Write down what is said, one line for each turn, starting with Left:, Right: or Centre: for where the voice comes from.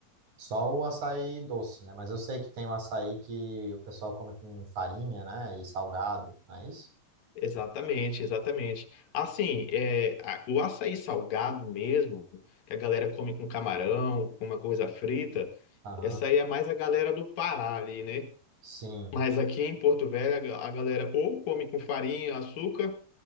Right: Só o açaí doce, né? Mas eu sei que tem o açaí que o pessoal come com farinha, né? E salgado, não é isso?
Left: Exatamente, exatamente. Assim, é, a- o açaí salgado mesmo, que a galera come com camarão, com uma coisa frita,
Right: Aham.
Left: essa aí é mais a galera do Pará ali, né?
Right: Sim,
Left: Mas aqui em Porto Velho, a ga- a galera ou come com farinha, açúcar,